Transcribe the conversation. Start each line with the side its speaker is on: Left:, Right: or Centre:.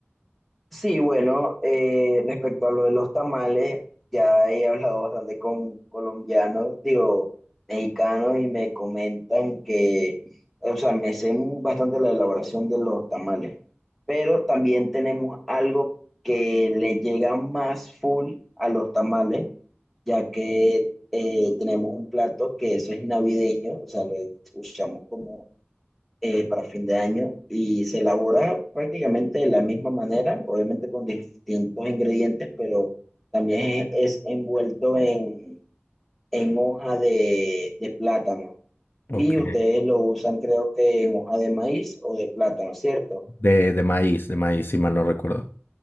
Centre: Sí, bueno, eh, respecto a lo de los tamales, ya he hablado bastante con colombianos, digo, mexicanos, y me comentan que, o sea, me sé bastante la elaboración de los tamales, pero también tenemos algo que le llega más full a los tamales, ya que eh, tenemos un plato que eso es navideño, o sea, lo usamos como eh, para fin de año y se elabora prácticamente de la misma manera, obviamente con distintos ingredientes, pero también es, es envuelto en, en hoja de, de plátano.
Left: Ok.
Centre: Y ustedes lo usan creo que en hoja de maíz o de plátano, ¿cierto?
Left: De, de maíz, de maíz, si mal no recuerdo.